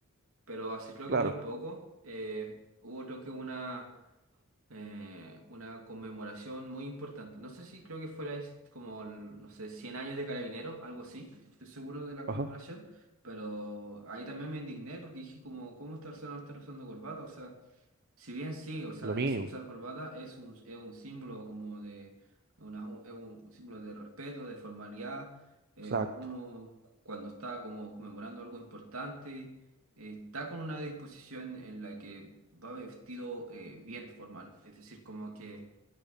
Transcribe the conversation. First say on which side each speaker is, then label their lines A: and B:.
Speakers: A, on the right; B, on the right.
A: pero hace creo
B: Claro,
A: que muy poco eh, hubo creo que una, eh, una conmemoración muy importante. No sé si creo que fuera es como, no sé, 100 años de Carabineros, algo así, no estoy seguro de la conmemoración,
B: ajá,
A: pero ahí también me indigné porque dije como, ¿cómo esta persona no está usando corbata? O sea... Si bien sí, o sea,
B: lo mínimo,
A: es usar corbata es un, es un símbolo como de una, un, es un símbolo de respeto, de formalidad. eh,
B: exacto.
A: uno cuando está como conmemorando algo importante, eh, está con una disposición en la que va vestido eh, bien formal. Es decir, como que